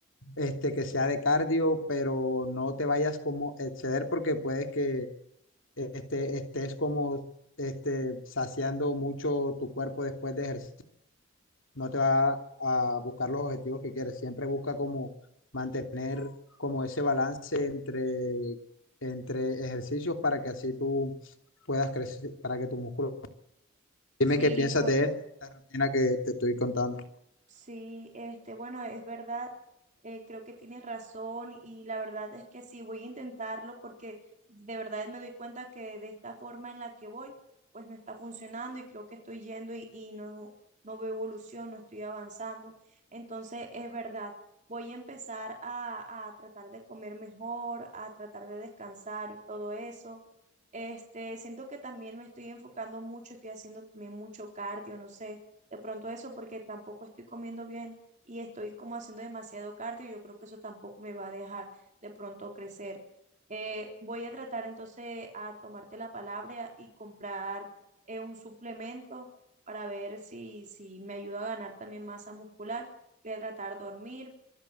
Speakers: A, on the left; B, on the right.
A: este, que sea de cardio, pero no te vayas como exceder porque puedes que este, estés como este, saciando mucho tu cuerpo después de ejercicio no te va a buscar los objetivos que quieres. Siempre busca como mantener como ese balance entre, entre ejercicios para que así tú puedas crecer, para que tu músculo... Dime
B: sí,
A: qué piensas
B: bueno.
A: de esto, de esta rutina que te estoy contando.
B: Sí, este, bueno, es verdad, eh, creo que tienes razón y la verdad es que sí, voy a intentarlo porque de verdad me doy cuenta que de esta forma en la que voy, pues no está funcionando y creo que estoy yendo y, y no, no veo evolución, no estoy avanzando. Entonces, es verdad, voy a empezar a, a tratar de comer mejor, a tratar de descansar y todo eso. Este, siento que también me estoy enfocando mucho, estoy haciendo también mucho cardio, no sé de pronto eso porque tampoco estoy comiendo bien y estoy como haciendo demasiado cardio y yo creo que eso tampoco me va a dejar de pronto crecer. Eh, voy a tratar entonces a tomarte la palabra y comprar eh, un suplemento para ver si, si me ayuda a ganar también masa muscular. Voy a tratar de dormir.